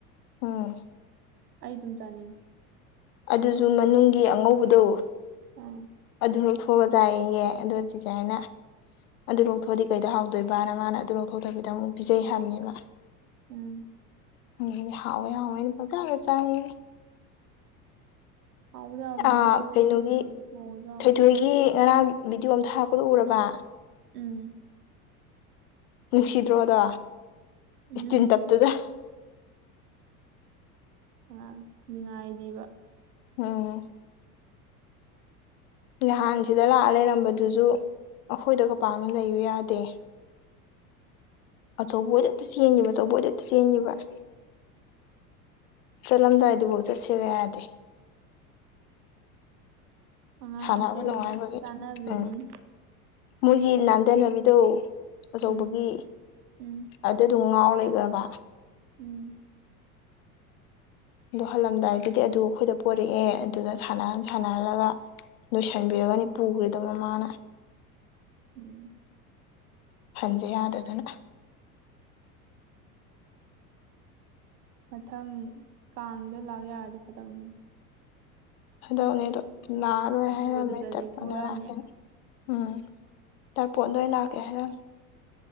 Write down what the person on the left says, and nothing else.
ꯎꯝ
ꯑꯗꯨꯁꯨ ꯃꯅꯨꯡꯒꯤ ꯑꯉꯧꯕꯗꯧ
ꯑꯗꯨ ꯂꯧ ꯊꯣꯛꯑꯒ ꯆꯥꯏꯍꯦ ꯑꯗꯨ ꯆꯤꯁꯦ ꯍꯥꯏꯅ ꯑꯗꯨ ꯂꯧꯊꯣꯛꯑꯗꯤ ꯀꯩꯗ ꯍꯥꯎꯗꯣꯏꯕꯅ ꯃꯥꯅ ꯑꯗꯨ ꯂꯧꯊꯣꯛꯇꯕꯤꯗ ꯑꯃꯨꯛ ꯄꯤꯖꯩ ꯍꯥꯏꯕꯅꯦꯕ
ꯃꯤꯅꯗꯤ ꯍꯧꯋꯦ ꯍꯧꯋꯦꯅ ꯈꯪꯆꯗ ꯆꯥꯢꯌꯦ
ꯑ
ꯀꯩꯅꯣꯒꯤ
ꯊꯣꯏꯊꯣꯏꯒꯤ ꯉꯔꯥꯡ ꯚꯤꯗꯤꯑꯣ ꯑꯃ ꯊꯥꯔꯛꯄꯗꯣ ꯎꯔꯕ
ꯅꯨꯡꯁꯤꯗ꯭ꯔꯣꯗ
ꯏꯁꯇꯤꯟ ꯇꯞꯇꯨꯗ
ꯑꯝ ꯅꯍꯥꯟꯁꯤꯗ ꯂꯥꯛꯑ ꯂꯩꯔꯝꯕꯗꯨꯁꯨ ꯑꯩꯈꯣꯏꯗꯒ ꯄꯥꯝꯅ ꯂꯩꯌꯨ ꯌꯥꯗꯦ ꯑꯆꯧꯕꯗ ꯆꯦꯟꯈꯤꯕꯕ ꯑꯆꯧꯕꯣꯏꯗ ꯆꯦꯟꯈꯤꯕꯕ ꯆꯠꯂꯝꯗꯥꯏꯗꯨꯐꯥꯎ ꯆꯠꯁꯦꯕ ꯌꯥꯗꯦ
ꯁꯥꯟꯅꯕ
ꯅꯨꯡꯉꯥꯏꯕꯒꯤ
ꯎꯝ ꯃꯣꯏꯒꯤ ꯅꯥꯟꯊꯅꯕꯤꯗꯣ ꯑꯆꯧꯕꯒꯤ
ꯑꯗꯨꯗꯣ ꯉꯥꯎ ꯂꯩꯈ꯭ꯔꯕ
ꯑꯗꯣ ꯍꯜꯂꯝꯗꯥꯏꯗꯨꯗꯤ ꯑꯗꯨ ꯑꯩꯈꯣꯏꯗ ꯄꯣꯔꯛꯑꯦ ꯑꯗꯨꯗ ꯁꯥꯟꯅꯍꯟ ꯁꯥꯟꯅꯍꯜꯂꯒ ꯂꯣꯏꯁꯤꯟꯕꯤꯔꯒꯅꯤ ꯄꯨꯈ꯭ꯔꯤꯗꯕ ꯃꯃꯥꯅ
ꯈꯟꯖꯦ ꯌꯥꯗꯗꯅ
ꯍꯥꯟꯗꯛꯅꯦ ꯑꯗꯣ ꯂꯥꯛꯑꯔꯣꯏ
ꯍꯥꯏꯔꯛꯑꯃꯦ
ꯇ꯭ꯔꯄꯣꯟꯗ
ꯂꯥꯛꯀꯦꯅ ꯎꯝ ꯇꯔꯄꯣꯟꯗ ꯑꯣꯏꯅ ꯂꯥꯛꯀꯦ ꯍꯥꯏꯔꯝꯃꯦ